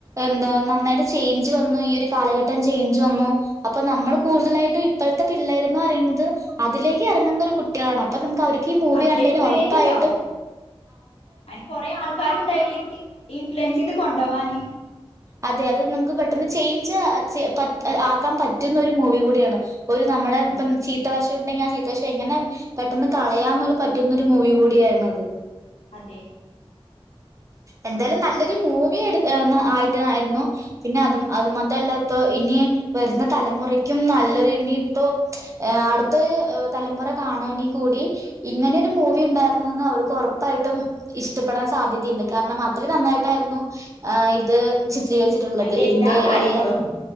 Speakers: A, on the right; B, on the left.
A: എന്താ നന്നായിട്ട് ചേഞ്ച് വന്നു ഈ ഒരു കാലഘട്ടം ചേഞ്ച് വന്നു അപ്പൊ നമ്മൾ കൂടുതലായിട്ടും ഇപ്പഴത്തെ പിള്ളേരന്ന് പറയുന്നത് അതിലേക്ക് ഇറങ്ങുന്ന ഒരു കുട്ടികളാണ് അപ്പൊ നമ്മുക്ക് അവർ ക്ക് ഈ മൂവി
B: അതിലേക്ക്
A: കണ്ടുകയിഞ്ഞ
B: വേഗം
A: ഉറപ്പായിട്ടും
B: ഇതാവും അയിന് കൊറെ ആൾക്കാരും ഉണ്ടയിലേക്ക് ഇൻഫ്ലുവൻസ് ചെയ്ത് കൊണ്ടോവാന്
A: അതെ അത് നമ്മുക്ക് പെട്ടെന്ന് ചേഞ്ച് ചെ ആക്കാൻ പറ്റുന്ന ഒരു മൂവി കൂടിയാണ് ഒരു നമ്മുടെ
B: ആഹ്
A: ഇപ്പം ചീത്ത വശം ശം ഉണ്ടെങ്കി ആ ചീത്ത വശം എങ്ങനെ പെട്ടെന്ന് കളയാന്നുള്ള പറ്റുന്നൊരു മൂവി കൂടിയായിരുന്നു അത്
B: അതെ
A: എന്താലും നല്ലൊരു മൂവി എടു ആയിട്ട് ആരുന്നു പിന്നെ അതും അത് മാത്രല്ല ഇപ്പൊ ഇനി വരുന്ന തലമുറയ്ക്കും നല്ലൊരു ഇനി ഇപ്പൊ അടുത്ത തലമുറ കാണുവാണി കൂടി ഇങ്ങനൊരു മൂവി ഉണ്ടായിരുന്നുന്ന് അവർക്ക് ഒറപ്പായിട്ടും ഇഷ്ടപ്പെടാൻ സാധ്യതയുണ്ട് കാരണം അത്ര നന്നായിട്ടായിരുന്നു ഇത് ചിത്രീകരിച്ചിട്ടുള്ളത്
B: അയിന്റെ
A: ഇതിന്റെ
B: എല്ലാ കാര്യങ്ങളും
A: എല്ലാ